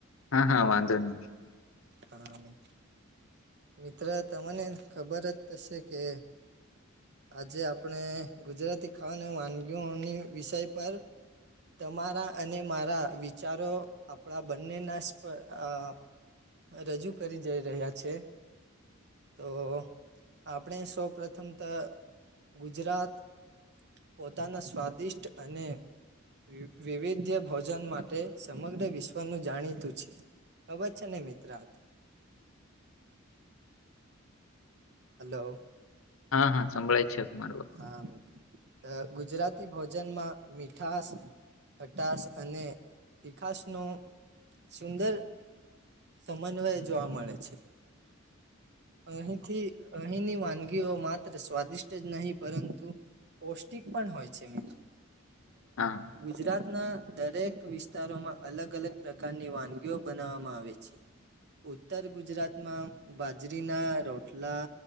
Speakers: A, on the left (about 80°); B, on the right (about 55°).
A: હા, હા વાંધો નહી.
B: હા નહિં. મિત્ર તમને ખબર જ હશે કે આજે આપણે ગુજરાતી ખાવાની વાનગીઓની વિષય પર તમારા અને મારા વિચારો આપણા બંનેના સ્પ અહ રજૂ કરી જઈ રહ્યા છે. તો આપણે સૌ પ્રથમ તો ગુજરાત પોતાના સ્વાદિષ્ટ અને વિવ વિવિધ્ય ભોજન માટે સમગ્ર વિશ્વનું જાણીતું છે. ખબર છે ને મિત્ર આ તો? હલો.
A: હા, હા સંભળાય છે <unintelligible>
B: હા મિત્ર. તો ગુજરાતી ભોજનમાં મીઠાસ ખટાશ અને તીખાશ નો સુંદર સમન્વય જોવા મળે છે. અહીથીં અહીંની વાનગીઓ માત્ર સ્વાદિષ્ટ જ નહીં, પરંતુ પૌષ્ટિક પણ હોય છે મિત
A: હા.
B: ગુજરાતના દરેક વિસ્તારોમાં અલગ-અલગ પ્રકારની વાનગીઓ બનાવવામાં આવે છે. ઉત્તર ગુજરાતમાં બાજરીના રોટલા